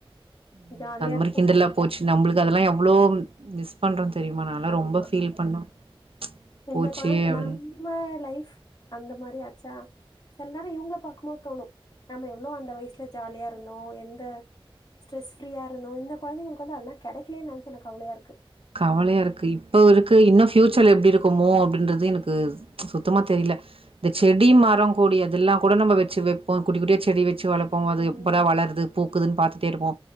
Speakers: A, on the right; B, on the left.
A: இவுங்ளுக்கு
B: ஜாலியா
A: அந்
B: இருக்கும்
A: மாரி கிண்டலா போச்சு நம்பளுக்கு அதெல்லா எவ்ளோ மிஸ் பண்றோ தெரியுமா நால்லா
B: ஆமா
A: ரொம்ப ஃபீல் பண்ண போச்சே
B: இந்த குழ
A: அப்டினு
B: நம்ம லைஃப் அந்த மாரி ஆச்சா சில நேரோ இவுங்கள பாக்கும்போது தோணு நம்ம எவ்ளோ அந்த வய்சுல ஜாலியா இருந்தோ எந்த ஸ்ட்ரெஸ் ஃப்ரீயா இருந்தோ இந்த கொழந்தைங்களுக் வந்து அதெல்லா கெடைக்கலேன் நென்ச்சு எனக் கவலையா இருக்கு
A: கவலையா இருக்கு இப்ப இருக்கு இன்னு ஃப்யூச்சர்ல எப்டி இருக்குமோ அப்டின்றது எனக்கு சுத்தமா தெரில இந்த செடி, மரோ, கொடி அதெல்லா கூட நம்ம வெச்சு வெப்போ குட்டி குட்டியா செடி வெச்சு சு வளப்போ
B: ஆஹ்
A: அது எப்படா வளருது, பூக்குதுன் பாத்துட்டே இருப்போ